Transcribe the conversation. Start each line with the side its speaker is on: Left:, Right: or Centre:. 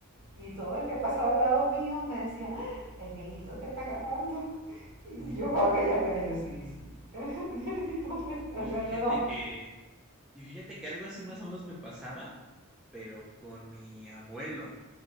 Right: Y todo el que pasaba al lado mío me decía, "Ah, el viejito te está ganando. <laughs> Y
Centre: Ujú.
Right: yo con aquella pena, yo sí, sí, <laughs> el viejito me está
Centre: Y
Right: ganando.
Centre: fíjate que y fíjate que algo así más o menos me pasaba, pero con mi abuelo.